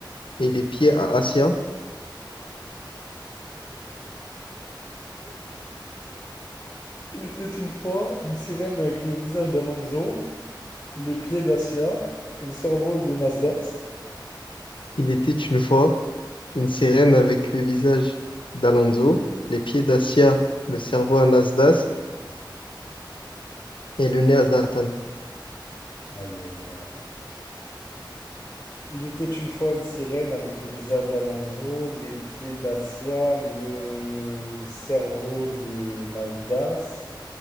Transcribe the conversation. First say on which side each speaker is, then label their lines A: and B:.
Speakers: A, on the left; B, on the left.
A: et les pieds à Asia.
B: Il était une fois une sirène avec le visage d'Alonso, les pieds d'Acia et le cerveau de Nasdas.
A: Il était une fois une sirène avec le visage d'Alonso, les pieds d'Asia, le cerveau à Nasdaq et le nez à Zlatan.
B: Aïe aïe aïe. Il était une fois une sirène avec le visage d'Alonso, les pieds d'Acia, le cerveau de Nasdas,